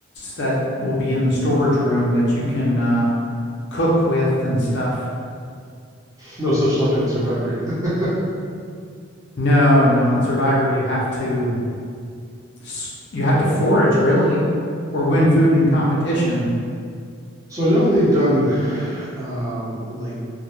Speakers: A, on the left; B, on the right.
A: that will be in the storage room that you can uh, cook with and stuff.
B: no such luck on Survivor. <laughs>
A: No, no, on Survivor you have to s- you have to forage really or win food in competition.
B: so I know they've done, um, like,